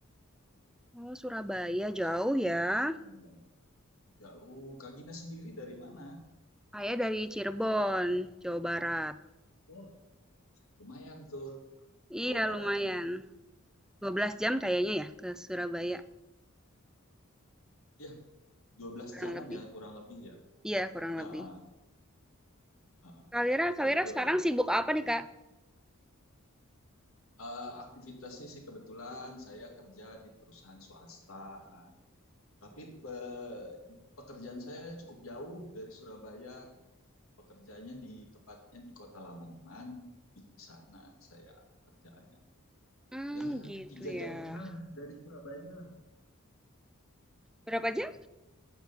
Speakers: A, in the centre; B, on the left.
A: Oh, Surabaya jauh
B: aktivitas
A: ya.
B: yang jauh. Kak Gina sendiri dari mana?
A: Saya dari Cirebon, Jawa Barat.
B: Wah, lumayan tuh, Jawa
A: Iya,
B: Barat
A: lumayan.
B: nih.
A: 12 jam kayaknya ya ke Surabaya,
B: Ya, dua belas
A: kurang
B: jaman
A: lebih.
B: ya kurang lebih ya.
A: Iya, kurang
B: Ah,
A: lebih.
B: ah, ah,
A: Kak Wira, Kak
B: betul.
A: Wira sekarang sibuk apa nih Kak?
B: Eh, aktivitasnya sih kebetulan saya kerja di perusahaan swasta, tapi pe- pekerjaan saya cukup jauh dari Surabaya. pekerjaannya di tepatnya di kota Lamongan di sana saya kerjaannya
A: Hmm,
B: ya
A: gitu
B: tiga jam
A: ya.
B: setengah dari Surabaya
A: Berapa jam?